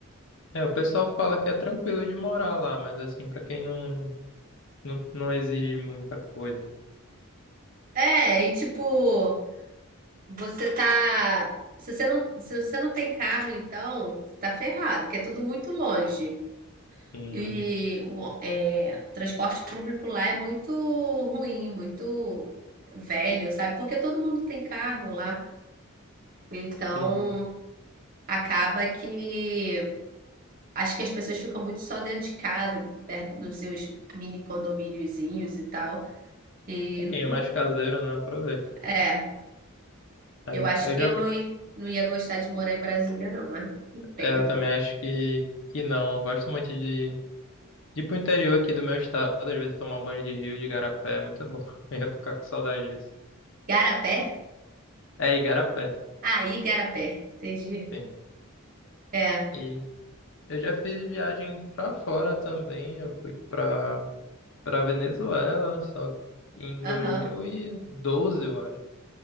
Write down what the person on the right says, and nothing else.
É, e tipo, Você tá. Se você não, se você não tem carro, então, você tá ferrado, porque é tudo muito longe.
E o é, transporte público lá é muito ruim, muito velho, sabe? Porque todo mundo tem carro lá. Então,
acaba que. Acho que as pessoas ficam muito só dentro de casa, perto nos seus mini condomíniozinhos e tal. E
não.
É,
eu acho
que
eu não, i- não ia gostar de morar em Brasília, não, mas não
sei, né?
Garapé?
Ah, Igarapé. Entendi.
É.
Aham.